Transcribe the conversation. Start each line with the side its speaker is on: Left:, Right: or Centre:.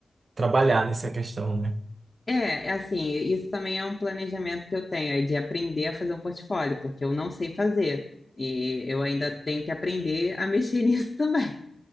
Right: trabalhar nessa questão, né?
Left: É, é assim, isso também é um planejamento que eu tenho, é de aprender a fazer um portfólio, porque eu não sei fazer. E eu ainda tenho que aprender a mexer <laughs> nisso também.